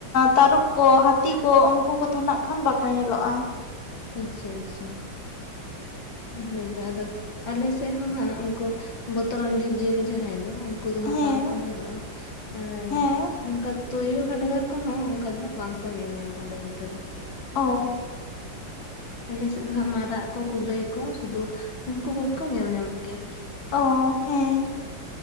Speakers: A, on the left (about 55°); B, on the left (about 80°).
A: ᱛᱟᱹᱨᱩᱵ ᱠᱚ, ᱦᱟᱹᱛᱤ ᱠᱚ, ᱩᱱᱠᱩ ᱠᱚ ᱛᱚ ᱱᱟᱜ ᱠᱷᱟᱱ ᱵᱟᱠᱚ ᱧᱮᱞᱚᱜ-ᱟ᱾
B: ᱟᱪᱪᱷᱟ ᱟᱪᱪᱷᱟ ᱦᱳᱭᱛᱚ ᱟᱫᱚ ᱟᱞᱮ ᱥᱮᱫ ᱦᱚᱸ ᱦᱟᱸᱜ ᱩᱱᱠᱩ ᱵᱚᱛᱚᱨᱟᱱ ᱡᱤᱵ ᱡᱤᱭᱟᱹᱞᱤ ᱡᱟᱦᱟᱸᱭ ᱫᱚ ᱩᱱᱠᱩ ᱫᱚ ᱦᱟᱸᱜ
A: ᱦᱮᱸ
B: ᱵᱟᱝᱠᱚ ᱧᱮᱞᱚᱜᱼᱟ ᱟᱨ
A: ᱦᱮᱸ
B: ᱚᱱᱠᱟ ᱛᱩᱭᱩ ᱦᱟᱰᱜᱟᱨ ᱠᱚᱦᱚᱸ ᱚᱱᱠᱟ ᱫᱚ ᱦᱟᱸᱜ ᱵᱟᱝᱠᱚ ᱧᱮᱞ ᱧᱟᱢᱟ ᱟᱞᱮ ᱚᱱᱛᱮ ᱫᱚ᱾
A: ᱚ
B: ᱟᱞᱮ ᱥᱮᱫ ᱫᱚ ᱦᱟᱸᱜ ᱢᱟᱨᱟᱜ ᱠᱚ ᱠᱩᱞᱟᱹᱭ ᱠᱚ ᱥᱩᱫᱩ ᱩᱱᱠᱩ ᱠᱚᱜᱮᱠᱚ ᱧᱮᱞ ᱧᱟᱢᱚᱜ ᱜᱮᱭᱟ᱾
A: ᱚ ᱦᱮᱸ